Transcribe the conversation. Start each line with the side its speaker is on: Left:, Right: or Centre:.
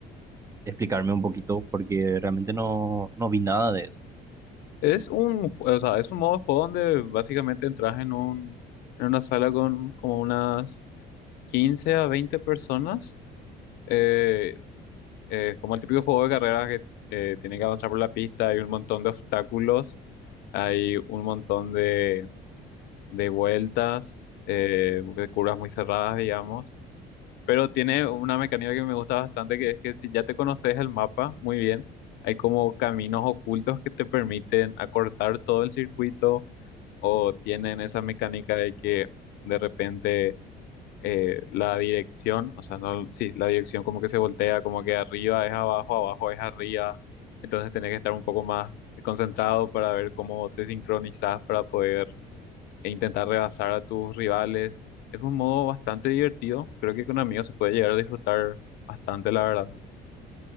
Right: explicarme un poquito, porque realmente no, no vi nada de eso.
Left: Es un, ju- o sea, es un modo de juego donde básicamente entras en un, en una sala con como unas 15 a 20 personas, eh, eh, como el típico juego de carreras que eh, tiene que avanzar por la pista, hay un montón de obstáculos, hay un montón de, de vueltas, eh, de curvas muy cerradas, digamos, pero tiene una mecánica que me gusta bastante, que es que si ya te conoces el mapa muy bien, hay como caminos ocultos que te permiten acortar todo el circuito o tienen esa mecánica de que de repente eh, la dirección, o sea, no, sí, la dirección como que se voltea, como que arriba es abajo, abajo es arriba, entonces tenés que estar un poco más concentrado para ver cómo te sincronizas para poder e intentar rebasar a tus rivales. Es un modo bastante divertido, creo que con amigos se puede llegar a disfrutar bastante, la verdad.